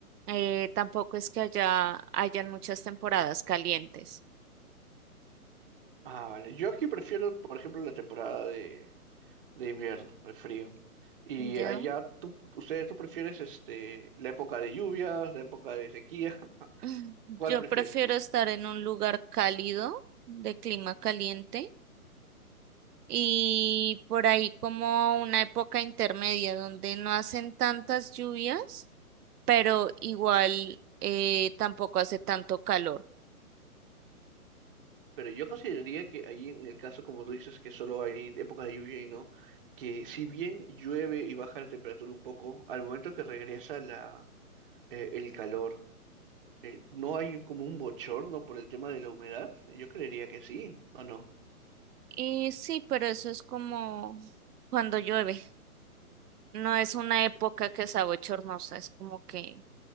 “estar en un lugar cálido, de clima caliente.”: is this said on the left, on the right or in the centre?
Right